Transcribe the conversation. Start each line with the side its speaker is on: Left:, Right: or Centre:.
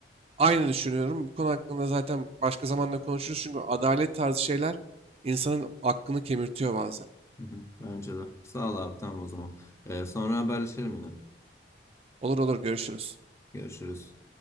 Right: aynı düşünüyorum. Bu konu hakkında zaten başka zamanda konuşuruz. Çünkü adalet tarzı şeyler insanın aklını kemirtiyor bazen.
Left: hı hı. Bence de. Sağ ol abi tamam o zaman. Ee, sonra haberleşelim yine.
Right: Olur olur görüşürüz.
Left: Görüşürüz.